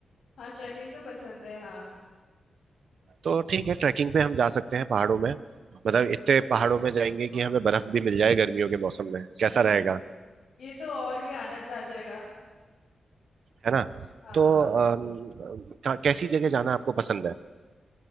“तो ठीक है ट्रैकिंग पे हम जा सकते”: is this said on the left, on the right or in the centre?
Right